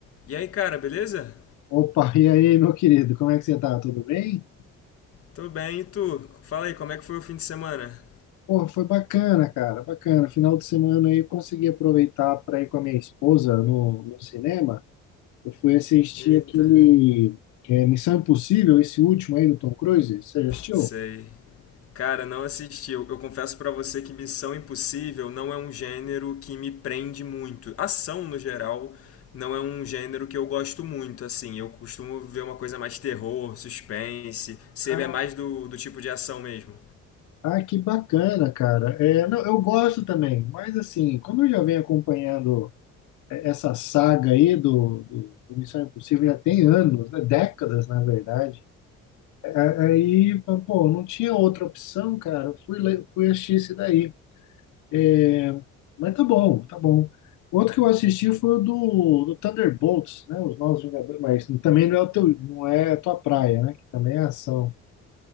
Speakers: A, on the left; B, on the left.
A: E aí, cara, beleza?
B: Opa, e aí, meu querido, como é que você tá? Tudo bem?
A: Tô bem, e tu? Fala aí, como é que foi o fim de semana?
B: Pô, foi bacana, cara, bacana. Final de semana aí eu consegui aproveitar para ir com a minha esposa no, no cinema. Eu fui assistir
A: Eita,
B: aquele é, Missão Impossível, esse último aí do Tom Cruise. Você já assistiu?
A: sei. Cara, não assisti. Eu, eu confesso pra você que Missão Impossível não é um gênero que me prende muito. Ação, no geral, não é um gênero que eu gosto muito, assim. Eu costumo ver uma coisa mais terror, suspense. Você
B: Ah,
A: é mais do, do tipo de ação mesmo.
B: ah, que bacana, cara. É, não, eu gosto também, mas assim, como eu já venho acompanhando é, essa saga aí do, do, do Missão Impossível já tem anos, né? Décadas, na verdade. A- Aí, pô, não tinha outra opção, cara. Fui, le- fui assistir esse daí. É, Mas tá bom, tá bom. Outro que eu assisti foi o do, do Thunderbolts, né? Os Novos Vingadores, mas também não é o teu, não é a tua praia, né? Que também é ação.